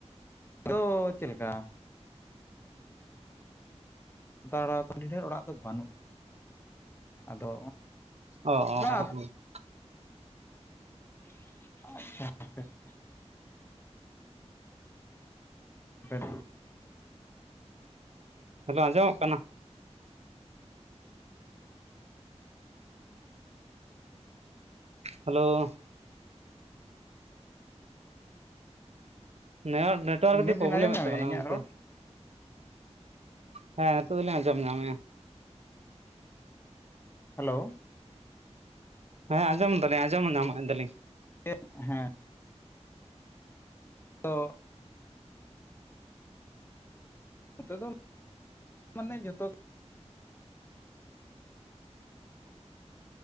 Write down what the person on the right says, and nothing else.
ᱚ ᱚ
ᱚ
ᱦᱮᱞᱳ ᱟᱸᱡᱚᱢᱚᱜ ᱠᱟᱱᱟ ᱦᱮᱞᱳ ᱱᱮ ᱦᱚᱨ ᱰᱟᱰᱟ ᱠᱟᱹᱴᱤᱡ
ᱯᱨᱚᱵᱞᱮᱢᱮᱫ
ᱛᱟᱵᱮᱱᱟ
ᱜᱚᱝᱠᱮ
ᱦᱮᱸ ᱱᱤᱛᱚᱜ ᱫᱚ ᱞᱤᱧ ᱟᱸᱡᱚᱢ ᱧᱟᱢᱮᱫᱼᱟ ᱾
ᱦᱮ ᱸ ᱟᱡᱚᱢ ᱫᱟᱞᱤᱧ ᱟᱡᱚᱢ ᱧᱟᱢᱟᱜ ᱫᱟᱹᱞᱤᱧ